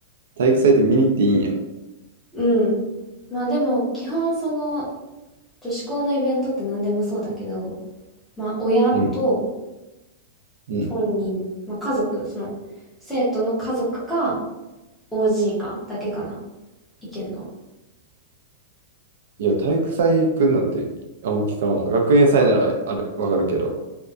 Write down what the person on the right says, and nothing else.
体育祭って見に行っていいんや。
うん、うん。
いや、体育祭行くなんてあんま聞かんわ。学園祭ならある、わかるけど。